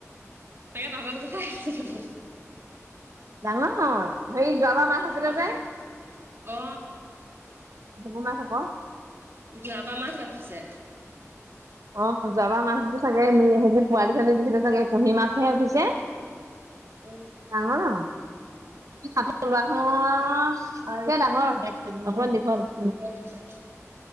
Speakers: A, on the right; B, on the right.
A: তাকে, তহঁতৰ ভাবিছোঁ',
B: ডাঙৰ, সেই যোৱাবাৰ মাছ আছিলে
A: ডাঙৰ
B: যে',
A: নি? অ
B: ভেঙোন মাছ হ'ব',
A: যোৱাবাৰ মাছ ৰাখিছে',
B: অ', যোৱাবাৰ মাছবোৰ চাগে সেইবোৰ পোৱালি ছোৱালী দিছিলে চাগে কুহি মাছহে উঠিছে',
A: উম
B: ডাঙৰ- ডাঙৰ', এ', হাতৰ তলুৱাখনৰ সমান মাছ, তাতকে ডাঙৰ অকমান দীঘল',
A: <unintelligible>